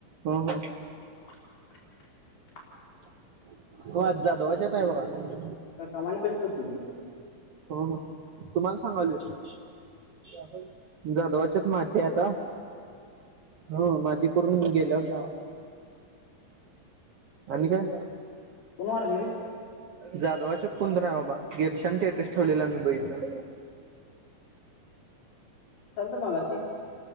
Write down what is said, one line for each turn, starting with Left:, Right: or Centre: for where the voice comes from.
Right: ह ह
Left: <inaudible>
Right: त आज जाधवच आहे मग
Left: का कमाने पेसत ती
Right: हो हो तुम्हाला सांगालावो जाधवाच्यात माती आता ह माती करून मी गेल्यावर जा आणि काय?
Left: कोण वारली रे?
Right: जाधवाच्या पुंनरा बाबा गिरीशन स्टेटस ठेवलेला मी बघितला.
Left: आलतो मगाशी